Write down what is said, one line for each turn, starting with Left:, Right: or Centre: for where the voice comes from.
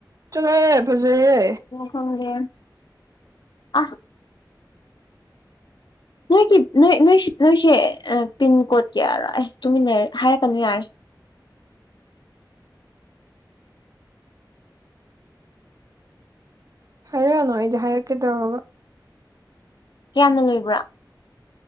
Right: ꯆꯠꯂꯣꯍꯦ ꯐꯖꯩꯍꯦ
Left: ꯈꯪꯗꯦ ꯑꯥ ꯅꯣꯏꯒꯤ ꯅꯣꯏ ꯅꯣꯏ ꯅꯣꯏꯁꯦ ꯄꯤꯟ ꯀꯣꯗꯀꯤꯔ ꯑꯩꯁ ꯇꯨꯃꯤꯟꯅꯔꯦ ꯍꯥꯏꯔꯛꯀꯅꯨ ꯌꯥꯔꯦ
Right: ꯍꯥꯏꯔꯛꯑꯅꯣ ꯑꯩꯁꯦ ꯍꯥꯏꯔꯛꯀꯦ ꯇꯧꯔꯒ
Left: ꯀꯌꯥꯅ ꯂꯣꯏꯕ꯭ꯔꯥ